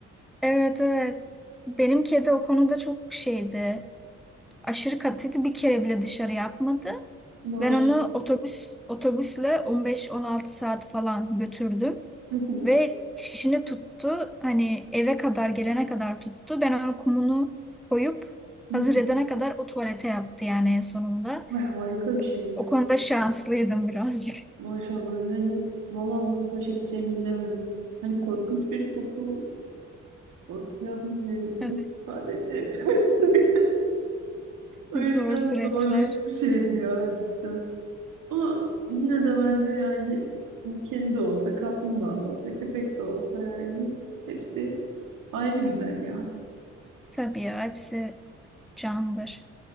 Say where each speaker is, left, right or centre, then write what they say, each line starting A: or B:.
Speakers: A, in the centre; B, on the right.
A: Evet evet. Benim kedi o konuda çok şeydi. aşırı katıydı. Bir kere bile dışarı yapmadı.
B: Maşallah.
A: Ben onu otobüs otobüsle 15-16 saat falan götürdüm
B: Hı hı,
A: ve şişini tuttu. Hani eve kadar gelene kadar tuttu. Ben onun kumunu koyup
B: hı
A: hazır
B: hı.
A: edene kadar o tuvalete yaptı yani en sonunda.
B: Ay, harika bir şey ya.
A: O konuda şanslıydım birazcık.
B: Maşallah yani valla nasıl baş edeceğimi bilemedim. Hani korkunç bir koku. korku Ya bilmiyorum.
A: <laughs>
B: Nasıl ifade edebilirim? <laughs> Öyle
A: Evet, zor
B: biraz
A: süreçler.
B: zorlayıcı bir şeydi ya cidden. Ama yine de bence yani kedi de olsa, kaplumbağa da olsa, köpek de olsa yani hepsi ayrı güzel ya.
A: Tabii ya hepsi candır.